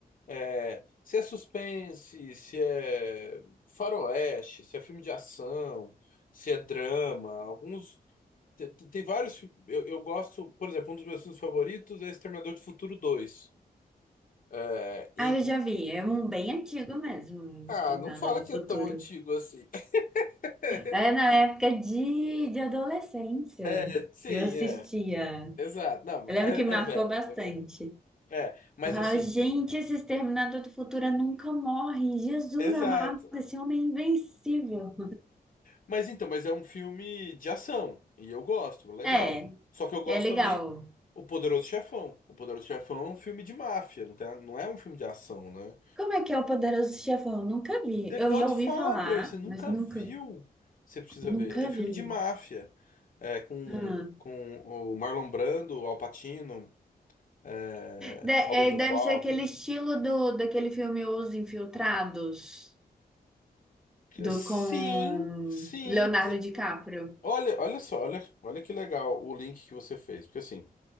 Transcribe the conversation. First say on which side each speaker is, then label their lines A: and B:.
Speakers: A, on the left; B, in the centre.
A: É, se é suspense, se é faroeste, se é filme de ação, se é drama, alguns. Tem, tem vários. fi- Eu, eu gosto, por exemplo, um dos meus filmes favoritos é Exterminador do Futuro dois É, e-
B: Ah, eu já vi. É um bem antigo mesmo, o
A: ah,
B: Exterminador
A: não fala
B: do
A: que
B: Futuro.
A: é tão antigo assim. <laughs>
B: É na época de, de adolescência.
A: É, sim,
B: Eu assistia.
A: é. Exato. Não,
B: Eu lembro
A: é,
B: que marcou
A: é velho,
B: bastante.
A: é velho. É, mas
B: Eu falava,
A: assim,
B: gente, esse Exterminador do Futuro nunca morre. Jesus
A: exato.
B: amado, esse homem é invencível.
A: Mas então, mas é um filme de ação. E eu gosto, legal.
B: É,
A: Só que eu gosto
B: é legal.
A: também O Poderoso Chefão. O Poderoso Chefão é um filme de máfia, não tem- não é um filme de ação, né?
B: Como é que é o Poderoso Chefão? Nunca vi.
A: The
B: Eu
A: Godfather,
B: já ouvi falar,
A: você nunca
B: mas nunca,
A: viu? Você precisa
B: nunca
A: ver. É filme
B: vi.
A: de máfia. É, com,
B: Ah.
A: com o Marlon Brando, Al Pacino, é,
B: De- é,
A: Robert Duvall.
B: deve ser aquele estilo do, daquele filme Os Infiltrados, do
A: Sim,
B: com
A: sim.
B: Leonardo
A: te-
B: DiCaprio.
A: Olha, olha só, olha, olha que legal o link que você fez. Porque assim,